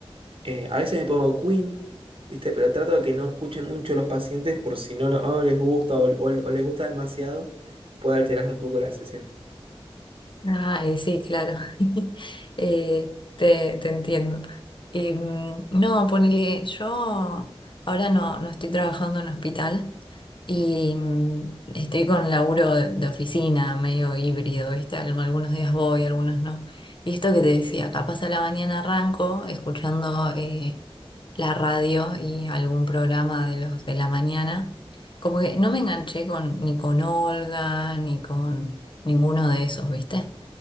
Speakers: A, on the right; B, on the left.
A: Eh, a veces me pongo Queen, ¿viste? Pero trato de que no escuchen mucho los pacientes por si no, lo- no les gusta o, o- o les gusta demasiado, puede alterar un poco la sesión.
B: Ah, eh, sí, claro. <laughs> Eh, te, te entiendo. Eh, mm, no, ponele, yo ahora no, no estoy trabajando en hospital y mm, estoy con laburo de, de oficina medio híbrido, ¿viste? Al- Algunos días voy, algunos no. Y esto que te decía, capaz a la mañana arranco escuchando eh, la radio y algún programa de los de la mañana. Como que no me enganché con, ni con Olga, ni con ninguno de esos, ¿viste?